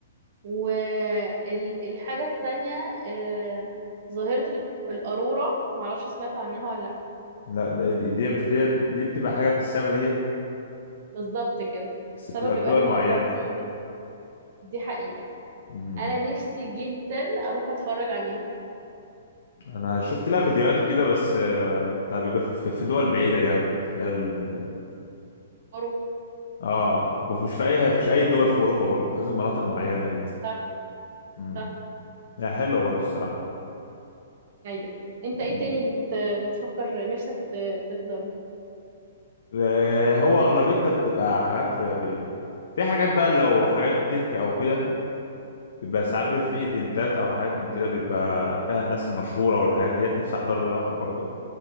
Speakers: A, on the right; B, on the left.
A: والحاجة التانية آه، ظاهرة ال- الأرورا معرفش سمعت عنها ولا لأ
B: لا ده دي دي مش دي دي بتبقى حاجة في السما ديت
A: بالظبط كده
B: بس
A: السما
B: بتبقى
A: بيبقى
B: في دول
A: لونها
B: معينة
A: خطير دي حقيقة
B: امم
A: انا نفسي جدا اروح اتفرج عليه
B: انا شفت لها فيديوهات كده بس آه، بتاع بيبقى في في دول بعيدة جامد اللي هي ال-
A: اروح
B: اه ومش في اي مش اي دول في اوروبا برضه لازم مناطق معينة جدا
A: صح
B: امم
A: صح
B: يعني حلوة برضه الصراحة
A: ايوه انت ايه
B: مم.
A: تاني بت... بتفكر نفسك ت... تحضره
B: آه، هو اغلبيتها بتبقى حاجات رياضية في حاجات بقى لو حاجات تك او كده بيبقى ساعات
A: امم
B: بيبقى في ايفنتات او حاجات من كده بيبقى فيها الناس المشهورة والحاجات ديت نفسي احضرها لواحد برضه